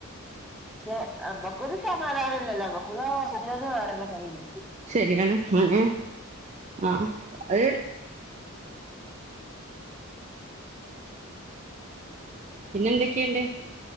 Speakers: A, in the centre; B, on the right.
A: ശെ മെക്കൊരു സമാധാനല്ലലോ <unintelligible>
B: ശരിയാണ് അങ്ങ നെ ആഹ അത് പിന്നെ എന്തൊക്കെയണ്ട്